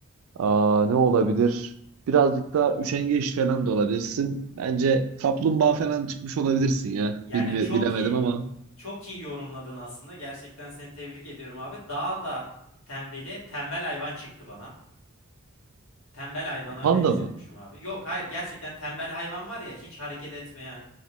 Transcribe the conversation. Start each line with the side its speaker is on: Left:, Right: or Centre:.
Right: Aa, ne olabilir? Birazcık daha üşengeç falan da olabilirsin. Bence kaplumbağa falan çıkmış olabilirsin ya.
Left: Yani
Right: Bilme,
Left: çok
Right: bilemedim
Left: iyi
Right: ama
Left: çok iyi yorumladın aslında. Gerçekten seni tebrik ediyorum abi. Daha da tembeli tembel hayvan çıktı bana. Tembel hayvana
Right: panda
Left: benziyormuşum
Right: mı?
Left: abi. Yok hayır gerçekten tembel hayvan var ya hiç hareket etmeyen.